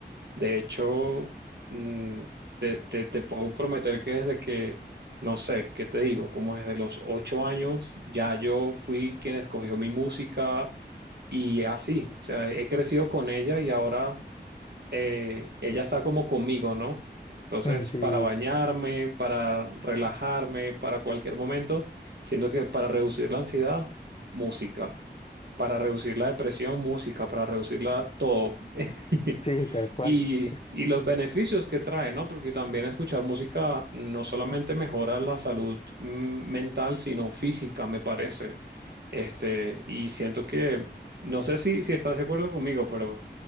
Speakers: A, on the right (about 65°); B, on the left (about 35°).
A: De hecho, mm, te, te, te puedo prometer que desde que, no sé, ¿qué te digo? Como desde los ocho años, ya yo fui quien escogió mi música y así, o sea, he crecido con ella y ahora eh, ella está como conmigo, ¿no? Entonces,
B: Mm, Sí,
A: para bañarme, para relajarme, para cualquier momento, siento que para reducir la ansiedad, música, para reducir la depresión, música, para reducirla todo. <laughs>
B: sí, tal cual.
A: Y,
B: Es
A: y los beneficios que trae, ¿no? Porque también escuchar música no solamente mejora la salud mm, mental, sino física, me parece. Este, y siento que, no sé si, si estás de acuerdo conmigo, pero